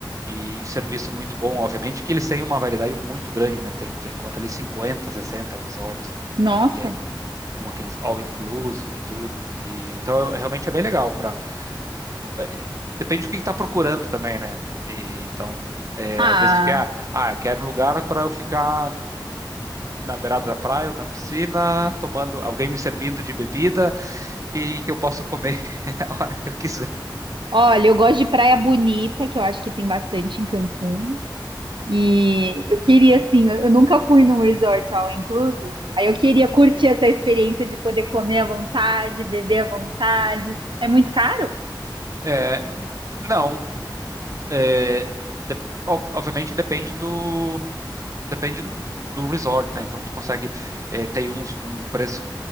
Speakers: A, on the right; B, on the right.
A: e serviço muito bom, obviamente, que eles têm uma variedade muito grande, né? Tem, tu encontra ali 50, 60 resorts,
B: Nossa.
A: e aí com com aqueles all inclusive e tudo. E, então, é- realmente é bem legal. Pra, é, depende do que está procurando também, né? E, então, é,
B: Ah,
A: às vezes tu quer, ah, ah, eu quero um lugar para eu ficar na beirada da praia, ou na piscina, tomando, alguém me servindo de bebida e que eu possa comer <laughs> a hora que eu quiser.
B: olha, eu gosto de praia bonita, que eu acho que tem bastante em Cancún. E eu queria, assim, eu eu nunca fui num resort all inclusive. Aí eu queria curtir essa experiência de poder comer à vontade, beber à vontade. É muito caro?
A: É, n- não, é, ob- obviamente depende do Depende do, do resort, né? Então tu consegue, eh, tem uns com preço